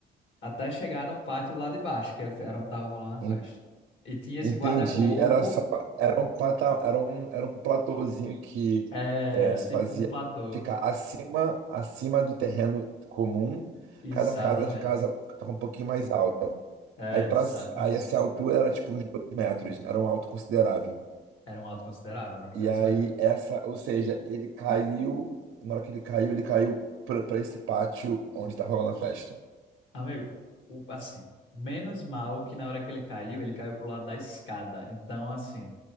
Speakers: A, on the left; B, on the right.
A: até chegar no pátio lá de baixo, que era onde tava rolando a
B: En-
A: festa. E tinha
B: Entendi.
A: esse guarda-corpo,
B: Era só, era um pata, era um, era um platôzinho que
A: era
B: é, se
A: tipo
B: fazia
A: um platô.
B: ficar acima, acima do terreno comum.
A: Exatamente.
B: Cada casa ficava, ficava um pouquinho mais alta.
A: É,
B: Aí, pra,
A: exatamente.
B: aí essa altura era tipo uns dois metros, era um alto considerável.
A: Era um alto considerável, eram uns
B: E
A: dois
B: aí
A: metros.
B: essa, ou seja, ele caiu, na hora que ele caiu, ele caiu pra, pra esse pátio onde tá rolando a festa.
A: Amigo, o- assim, menos mal que na hora que ele caiu, ele caiu pro lado da escada. Então, assim,